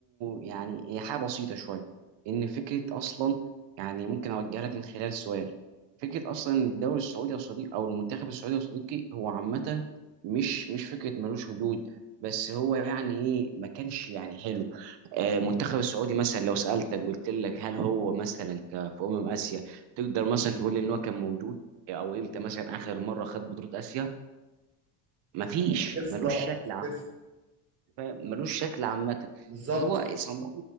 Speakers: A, on the right (about 60°); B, on the right (about 30°).
A: يعني هي حاجة بسيطة شوية إن فكرة أصلا يعني ممكن أوجه لك من خلال سؤال فكرة أصلا إن الدوري السعودي يا صديقي أو المنتخب السعودي يا صديقي هو عامة مش مش فكرة ملوش وجود بس هو يعني إيه ما كانش يعني حلو آه، المنتخب السعودي مثلا لو سألتك قلت لك هل هو مثلا ك- في أمم آسيا تقدر مثلا تقول لي إن هو كان موجود أو إمتى مثلا آخر مرة خد بطولة آسيا مفيش
B: ما افتكرش
A: ملوش
B: طبعا ما
A: شكل
B: افتكرش
A: فاهم؟ ملوش شكل عامه
B: بالظبط
A: فهو صندوق